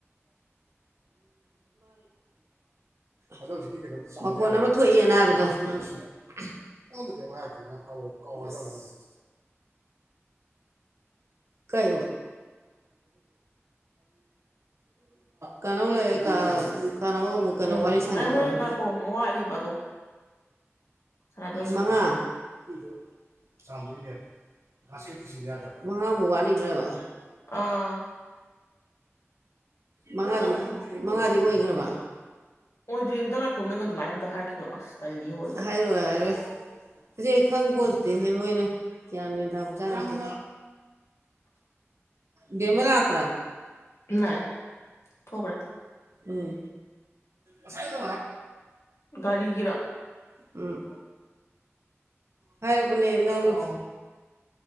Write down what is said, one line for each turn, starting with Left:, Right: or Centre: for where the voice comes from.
Right: ꯑꯗꯣ ꯍꯧꯖꯤꯛꯀꯤ ꯃꯈꯣꯟ ꯑꯃ ꯊꯣꯛꯑꯦꯅ ꯍꯥꯏꯕꯗꯣ ꯀꯧꯔꯗꯧꯔꯕꯅꯤ ꯥ <inaudible> ꯀꯩ ꯀꯥꯟ ꯂꯩ ꯀꯥꯟ ꯑꯃꯨꯛ ꯀꯥꯟ
Left: ꯎꯝ
Right: ꯋꯥꯔꯤ ꯁꯥꯟꯅꯣ
Left: ꯑꯩ ꯍꯣꯔꯦꯟ ꯉꯥꯏꯈꯣ ꯋꯥꯠꯂꯤꯕ ꯑꯗꯣ ꯁꯥꯟꯅꯗꯣꯏꯅꯤ
Right: ꯃꯉꯥ ꯑꯗꯨꯗ ꯆꯗꯔꯤ ꯈꯥꯁꯀꯤ ꯏꯁꯤꯅꯦꯅꯤ ꯑꯗꯕ ꯃꯉꯥꯃꯨꯛ ꯋꯥꯠꯂꯤꯕ꯭ꯔꯕ
Left: ꯑꯥ
Right: ꯃꯉꯥꯗꯤ ꯃꯉꯥꯗꯤ ꯑꯣꯏꯈ꯭ꯔꯕ
Left: ꯑꯣꯏꯗ꯭ꯔꯤ ꯑꯝꯇ ꯉꯥꯏꯈꯣ ꯅꯪ ꯑꯗꯨꯃꯥꯏꯅ ꯑꯝꯇ ꯍꯥꯏꯔꯛꯈꯤꯅꯣ ꯑꯁ ꯇꯜꯂꯤ ꯑꯣꯏꯕ
Right: ꯍꯥꯏꯔꯣꯏ ꯍꯥꯏꯔꯣꯏ ꯍꯧꯖꯤꯛ ꯈꯪ ꯄꯣꯠꯇꯠꯇꯦꯦ ꯃꯣꯏꯅ ꯒ꯭ꯌꯥꯟ ꯑꯣꯏꯅ ꯇꯥꯕ ꯆꯥꯅꯠꯇꯦ ꯃꯦꯃꯥ ꯂꯄ꯭ꯔꯥ
Left: ꯂꯥꯛꯑꯦ ꯊꯣꯛꯈ꯭ꯔꯦ
Right: ꯎꯝ ꯑꯁꯅ
Left: ꯒꯥꯔꯤꯒꯤꯔ
Right: ꯎꯝ ꯍꯥꯏ ꯔꯛ ꯄꯥꯅꯦ ꯅꯪ ꯅꯥ